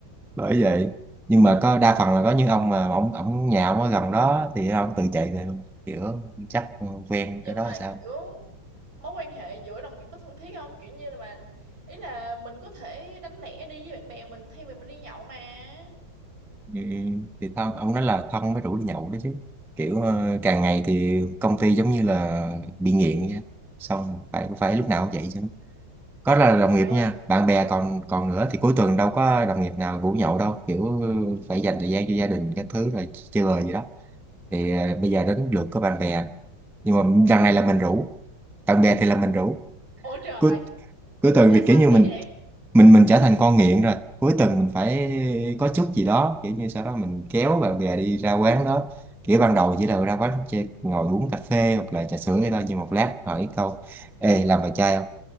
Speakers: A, in the centre; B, on the right (about 70°).
A: bởi vậy nhưng mà có đa phần là có những ông mà ông ông nhà ông ở gần đó thì ông tự chạy về mà. kiểu chắc quen
B: Nhưng
A: cái đó
B: mà
A: là sao
B: kiểu mối quan hệ giữa đồng nghiệp có thân thiết không kiểu như là mà ý là mình có thể đánh lẻ đi với bạn bè mình thay vì mình đi nhậu mà
A: ừ, thì thân ông nói là thân mới rủ đi nhậu đó chứ kiểu ờ, càng ngày thì công ty giống như là bị nghiện vậy á. xong phải phải lúc nào cũng vậy chứ có là đồng
B: trời
A: nghiệp
B: ơi
A: nha bạn bè còn còn nữa thì cuối tuần đâu có đồng nghiệp nào rủ nhậu đâu kiểu ờ, phải dành thời gian cho gia đình các thứ rồi chơi bời gì đó thì ờ, bây giờ đến lượt của bạn bè nhưng mà lần này là mình rủ bạn bè thì là mình rủ
B: ôi trời
A: cuối cuối tuần
B: là
A: thì
B: sao
A: kiểu như
B: nữa
A: mình
B: vậy
A: mình mình trở thành con nghiện rồi cuối tuần mình phải có chút gì đó kiểu như sau đó mình kéo bạn bè đi ra quán đó kiểu ban đầu chỉ là ra quán chơi, ngồi uống cà phê hoặc là trà sữa hay thôi nhưng một lát hỏi câu ê làm bài chai không